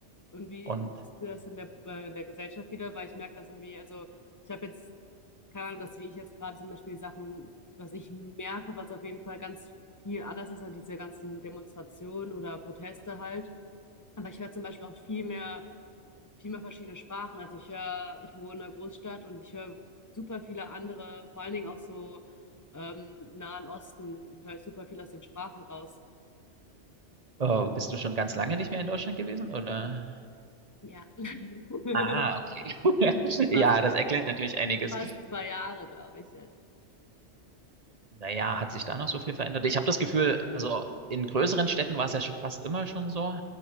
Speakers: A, on the left (about 20°); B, on the right (about 40°).
A: Und wie
B: Und
A: siehst du das in der, äh, in der Gesellschaft wieder? Weil ich merke das irgendwie, also ich habe jetzt, keine Ahnung, dass wie ich jetzt gerade zum Beispiel Sachen, was ich merke, was auf jeden Fall ganz viel anders ist, halt diese ganzen Demonstrationen oder Proteste halt. Aber ich höre zum Beispiel auch viel mehr, viel mehr verschiedene Sprachen. Also ich höre, ich wohne in einer Großstadt und ich höre super viele andere, vor allen Dingen auch so ähm, Nahen Osten, höre ich super viel aus den Sprachen raus.
B: äh, bist du schon ganz lange nicht mehr in Deutschland gewesen, oder?
A: Ja. <laughs>
B: Ah, okay. <laughs> Ja,
A: Fast,
B: das erklärt natürlich einiges.
A: fast zwei Jahre, glaube ich jetzt.
B: Naja, hat sich da noch so viel verändert? Ich habe das Gefühl, also in größeren Städten war es ja fast immer schon so.